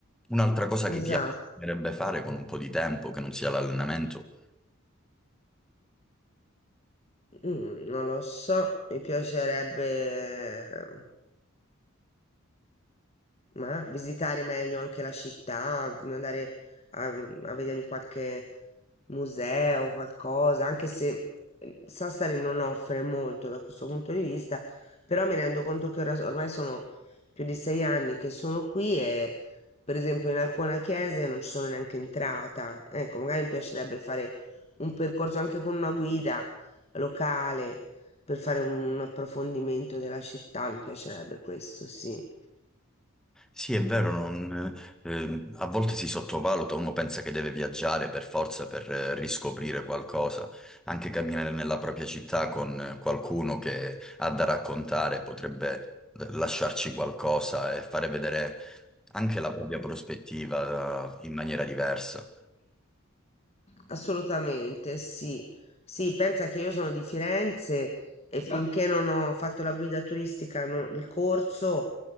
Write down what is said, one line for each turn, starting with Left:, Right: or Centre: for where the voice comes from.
Centre: Un'altra cosa
Left: Esatto.
Centre: che ti piacerebbe fare con un po' di tempo, che non sia l'allenamento.
Left: Mhmm, non lo so, mi piacerebbe, ehm, ma visitare meglio anche la città, v andare a mhmm, a vedermi qualche museo, qualcosa, anche se, ehm, Sassari non offre molto da questo punto di vista, però mi rendo conto che ora s ormai sono più di 6 anni che sono qui e, per esempio, in alcune chiese non ci sono neanche entrata. Ecco, magari mi piacerebbe fare un percorso anche con una guida locale. Per fare un approfondimento della città, mi piacerebbe questo, sì.
Centre: Sì, è vero, non- ehm, a volte si sottovaluta, uno pensa che deve viaggiare per forza per eh, riscoprire qualcosa, anche camminare nella propria città con eh, qualcuno che ha da raccontare potrebbe eh, lasciarci qualcosa e fare vedere anche la propria prospettiva eh, in maniera diversa.
Left: Assolutamente, sì. Sì, pensa che io sono di Firenze e finché non ho fatto la guida turistica, no- il corso,